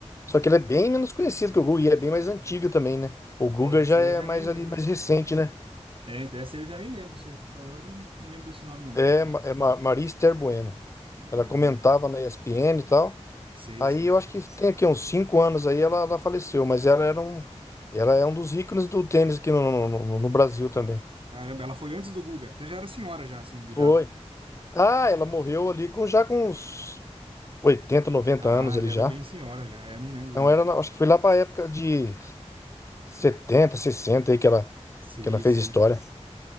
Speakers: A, on the left; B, on the right.
A: Só que ela é bem menos conhecida que o Guga e é bem mais antiga também, né? O Guga
B: É, Esse
A: já é
B: eu já
A: mais
B: nem lembro.
A: ali mais recente, né?
B: É, então essa eu já nem lembro. Você falou, eu não, não lembro esse nome, não.
A: É, Ma- é Ma- Maria Esther Bueno.
B: Ah,
A: Ela comentava na ESPN e tal.
B: sei,
A: Aí
B: sei.
A: eu acho que tem aqui uns cinco anos aí ela, ela faleceu, mas ela era um, ela é um dos ícones do tênis aqui no, no, no- no Brasil também.
B: Caramba, ela foi antes do Guga. Então já era senhora já, assim, de idade.
A: Foi. Ah, ela morreu ali com já com uns 80, 90
B: Ah,
A: anos ali
B: já
A: já.
B: era bem senhora já. É, não lembro
A: Então
B: mesmo.
A: era, na- acho que foi lá para a época de 70, 60 aí que ela,
B: Sei,
A: que ela fez
B: sei.
A: história.